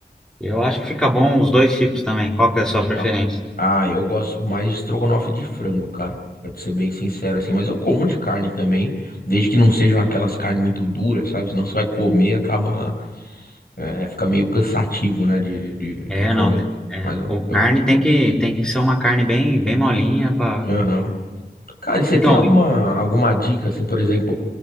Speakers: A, in the centre; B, on the left.
A: Eu acho que fica bom os dois tipos também. Qual que é a sua
B: legal.
A: preferência?
B: Ah, eu gosto mais de estrogonofe de frango, cara, pra te ser bem sincero, assim, mas eu como de carne também, desde que não sejam aquelas carnes muito duras, sabe? Senão você vai comer, e acaba, é, fica meio cansativo, né, de, de,
A: É,
B: de comer.
A: não, tem- é,
B: Mas eu,
A: o
B: eu,
A: carne tem que, tem que ser uma carne bem, bem molinha para.
B: Aham. Cara, e você
A: Então,
B: tem alguma, alguma dica, assim, por exemplo,